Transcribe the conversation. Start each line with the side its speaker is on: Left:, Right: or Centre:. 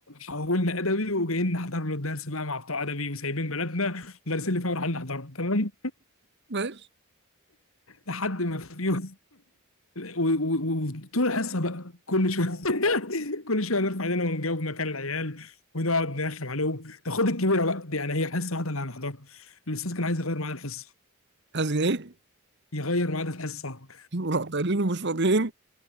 Left: حولنا ادبي وجايين نحضر له الدرس بقى مع بتوع ادبي وسايبين بلدنا المدرسين اللي فيها ورايحين نحضره تمام
Right: ماشي
Left: لحد ما في يوم و- و- وطول الحصه بقى كل شويه <laughs> كل شويه نرفع ايدينا ونجاوب مكان العيال ونقعد نرخم عليهم ده خد الكبيره بقى دي يعني هي حصه واحده اللي هنحضرها الاستاذ كان عايز يغير ميعاد الحصه
Right: عايز ايه؟
Left: يغير ميعاد الحصه
Right: ورحت قايلين له مش فاضيين